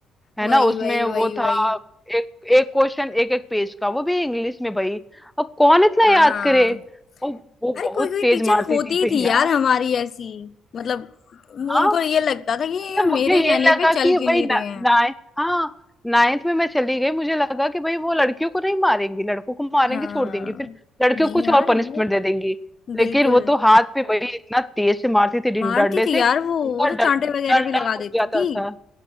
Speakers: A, in the centre; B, on the left.
A: है
B: वही
A: ना उसमें
B: वही
A: वो
B: वही वही
A: था एक एक क्वेश्चन एक एक पेज का वो भी इंग्लिश में भाई अब कौन इतना
B: हाँ
A: याद करे और वो
B: अरे
A: बहुत
B: कोई कोई
A: तेज
B: टीचर
A: मारती
B: होती
A: थी
B: ही
A: भैया
B: थी यार हमारी ऐसी मतलब
A: हाँ
B: उनको ये लगता था
A: मतलब
B: कि ये मेरे
A: मुझे ये
B: कहने
A: लगा
B: पे चल
A: कि
B: क्यों
A: भाई
B: नहीं रहे हैं
A: नाइन्थ हाँ नाइन्थ में मैं चली गई मुझे लगा कि भाई वो लड़कियों को नहीं मारेंगी लड़कों को मारेंगे
B: हाँ
A: छोड़ देंगी फिर लड़कियों
B: नहीं
A: को कुछ
B: यार
A: और पनिशमेंट
B: वो
A: दे देंगी
B: बिल्कुल
A: लेकिन वो तो हाथ पे भाई इतना तेज से मारती थी डिं-
B: मारती
A: डंडे
B: थी
A: से
B: यार
A: उनका
B: वो वो तो
A: डं-
B: चांटे वगैरह
A: डंडा
B: भी लगा
A: टूट
B: देती
A: जाता
B: थी
A: था